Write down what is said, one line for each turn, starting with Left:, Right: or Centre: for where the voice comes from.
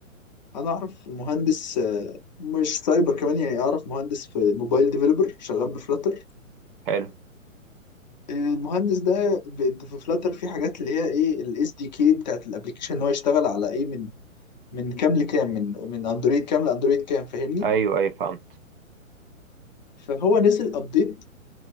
Left: انا اعرف مهندس آه، مش سايبر كمان يعني اعرف مهندس في موبايل ديفلوبر شغال بفلاتر
Right: حلو
Left: المهندس ده ب- في فلاتر في حاجات اللي هي ايه الاس دي كي بتاعت الابلكيشن ان هو يشتغل على ايه من من كام لكام من من اندرويد كام لاندرويد كام فاهمني
Right: ايوه ايوه فهمت
Left: فهو نزل ابديت